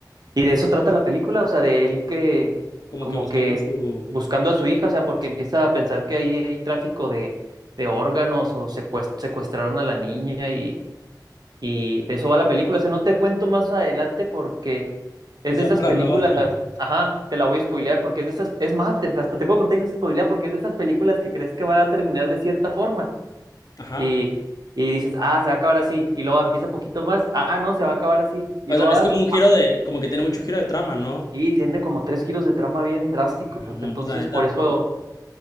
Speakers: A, on the right (about 65°); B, on the left (about 60°).
A: y de eso trata la película, o sea, de él que,
B: Como
A: como
B: que buscando
A: que
B: su...
A: buscando a su hija, o sea, porque
B: su-
A: empieza a pensar que ahí hay tráfico de, de órganos o secuest- secuestraron a la niña y, y de eso va la película. O sea, no te cuento más adelante porque
B: Pues
A: es de
B: ya
A: esas
B: para
A: películas,
B: no... <laughs>
A: ajá, te la voy a spoilear porque es de esas, es más, te- hasta te puedo contar y no se spoilea porque es de esas películas que crees que va a terminar de cierta forma
B: Ajá.
A: y, y dices, ah, se va a acabar así, y luego empieza poquito más, ah, no, se va a acabar así, y
B: O
A: luego
B: sea,
A: avanza.
B: es como un giro de... Como que tiene mucho giro de trama, ¿no?
A: Y tiene como tres giros de trama bien drásticos,
B: Ah, No,
A: entonces
B: pues la neta,
A: por eso,
B: la neta.